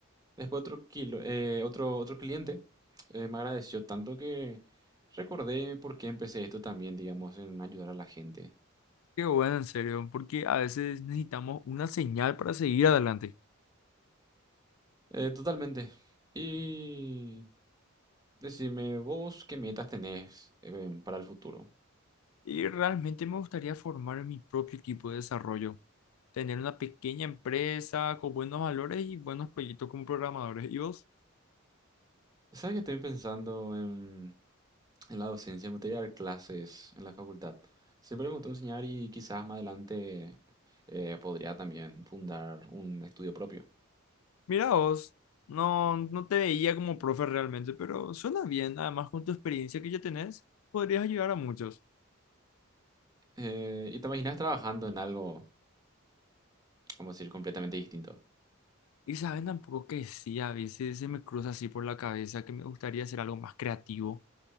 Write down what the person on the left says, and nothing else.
Qué bueno, en serio, porque a veces necesitamos una señal para seguir adelante.
Y realmente me gustaría formar mi propio equipo de desarrollo, tener una pequeña empresa con buenos valores y buenos proyectos como programadores. ¿Y vos?
Mira vos, no, no te veía como profe realmente, pero suena bien. Además, con tu experiencia que ya tenés, podrías ayudar a muchos.
Y saben tampoco que sí, a veces se me cruza así por la cabeza que me gustaría hacer algo más creativo,